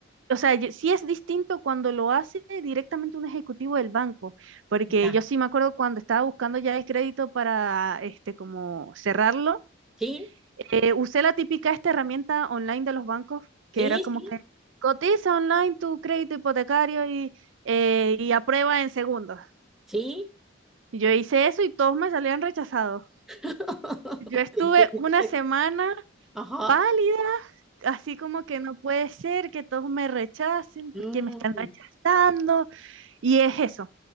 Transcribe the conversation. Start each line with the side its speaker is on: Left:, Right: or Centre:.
Right: O sea, yo- sí es distinto cuando lo hace directamente un ejecutivo del banco, porque
Centre: Ya.
Right: yo sí me acuerdo cuando estaba buscando ya el crédito para este como cerrarlo,
Centre: Sí,
Right: eh, usé la típica esta herramienta online de los bancos,
Centre: sí,
Right: que era como
Centre: sí,
Right: que cotiza online tu crédito hipotecario y, eh, y aprueba en segundos.
Centre: sí.
Right: Yo hice eso y todos me salían rechazados.
Centre: <laughs>
Right: Yo estuve
Centre: Entiendo
Right: una
Centre: perfecto.
Right: semana
Centre: Ajá.
Right: pálida, así como que no puede ser que todos me rechacen,
Centre: Mm.
Right: porque me están rechazando? Y es eso.